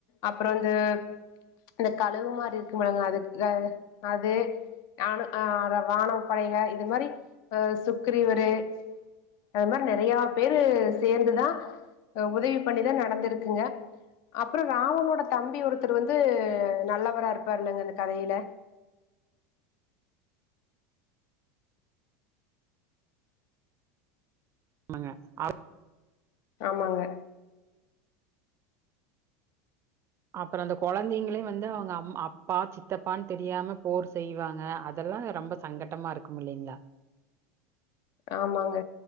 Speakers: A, on the left; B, on the right.
A: அப்புறோ வந்து இந்த கழுவு மாரி இருக்குன்பாங்க அது அது ஆன ஆ வான படைக இது மாரி அ சுக்ரிவருரு அது மாரி நெறையாபேரு சேந்துதா உதவி பண்ணி தா நடந்திருக்குங்க அப்புறோ ராமனோட தம்பி ஒருத்தர் வந்து நல்லவரா‌ இருப்பாருல்லங்க இந்த கதையில
B: ஆமாங்க ஆ
A: ஆமாங்க
B: அப்புறோ அந்த கொழந்தைங்களே வந்து அவுங்க அப்பா சித்தப்பான்னு தெரியாம போர் செய்வாங்க அதெல்லா ரொம்ப சங்கட்டமா இருக்கு இல்லைங்ளா
A: ஆமாங்க